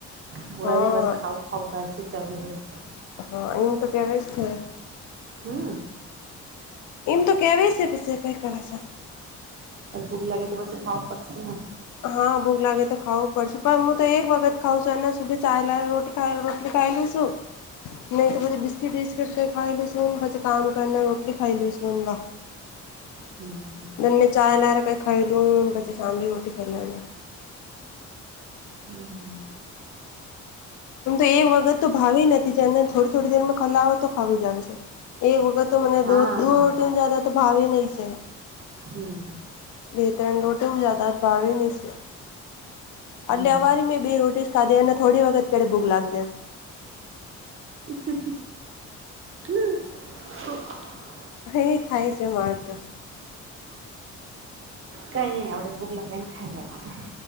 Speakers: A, on the right (about 45°); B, on the left (about 70°).
A: પૂરા
B: હા
A: દિવસ ખાવુ <unintelligible> છે ચાલુ રહેય છે.
B: હા એમ તો કેવાય છે.
A: હમ્મ.
B: એમ તો કેવા શે પછી કઈ કર સા.
A: તો ભૂખ લાગે તો પાછી ખાવ પડશેને.
B: હા ભૂગ લાગે તો ખાવું પડશે પણ હું તો એક વખત ખાવુ છું અને સુધી <unintelligible> રોટી કઈ રોટલી ખાઈ લેશું નહી તો પછી બી બિસ્કીટ કઈ ખાઈ લે શું પાછી કામ કરને રોટલી ખાઈ લેશું <unintelligible>
A: હમ્મ હામ.
B: ને ચા નર કઈ ખાઈ લું પછી શામની રોટી ખાઈ લેવાનું.
A: હમ્મ.
B: આમ તો એક વખત તો ભાવી નથી જેને થોડી થોડી દેરમાં ખલા હો તો ખાવી જાવે છે. એક વખત તો મને
A: હા
B: દો રટી જદા તો ભાવી નહી છે.
A: હમ.
B: બે ત્રણ રોટી હું જાદાદ ભાવે નહી છે
A: હમ
B: એટલે અવારી મેં બે રોટી. કદે એ ને થોડી વગત કયારે ભૂક લાગ જાય.
A: હમ્મ હમ્મ હામ હો
B: હૈ થાય છે માર તો.
A: કઈ નહી આવડે ભૂગ લાગે ને ખાઈ લેવાનું.